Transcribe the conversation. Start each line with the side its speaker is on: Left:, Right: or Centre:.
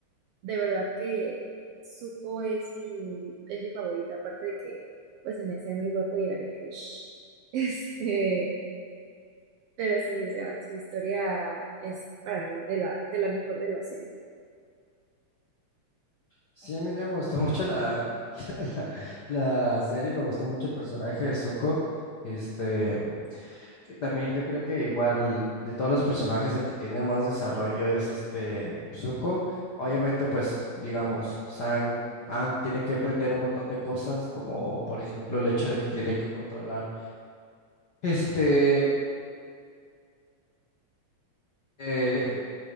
Right: de verdad que Zuko es mi, es mi favorito, aparte de que pues se me hacía muy guapo y era mi crush. <laughs> Este, pero sí, o sea, su historia es para mí de la, de la mejor de la serie.
Left: Sí, a mí también me gustó mucho la, <laughs> la, la serie, me gustó mucho el personaje de Zuko. Este, que también yo creo que igual de todos los personajes el que tiene más desarrollo es este Zuko. Obviamente, pues digamos, Sang, Aang tiene que aprender un montón de cosas, como por ejemplo el hecho de que tiene que controlar este eh,